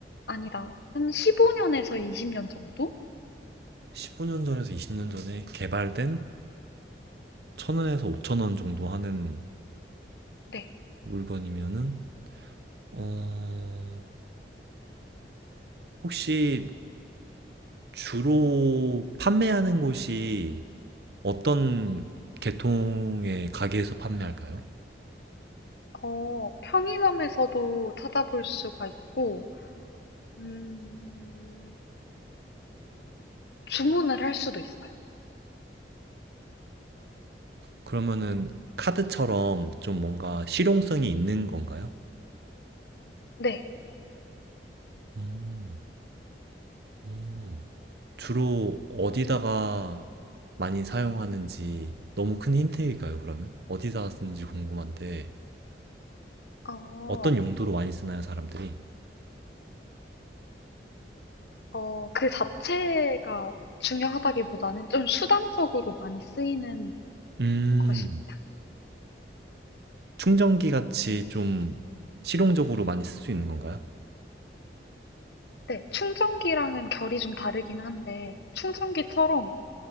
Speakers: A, on the left; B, on the right.
A: 아니다. 한 15년에서 20년 정도?
B: 15년 전에서 20년 전에 개발된 1,000원에서 5,000원 정도 하는
A: 네.
B: 물건이면은 어, 혹시 주로 판매하는 곳이 어떤 계통의 가게에서 판매할까요?
A: 어, 편의점에서도 찾아볼 수가 있고, 음, 주문을 할 수도 있어요.
B: 그러면은 카드처럼 좀 뭔가 실용성이 있는 건가요?
A: 네.
B: 음, 음. 주로 어디다가 많이 사용하는지 너무 큰 힌트일까요, 그러면? 어디다가 쓰는지 궁금한데.
A: 어,
B: 어떤 용도로 많이 쓰나요, 사람들이?
A: 어, 그 자체가 중요하다기보다는 좀 수단적으로 많이 쓰이는
B: 음,
A: 것입니다.
B: 충전기 같이 좀 실용적으로 많이 쓸 수 있는 건가요?
A: 네. 충전기랑은 결이 좀 다르긴 한데, 충전기처럼,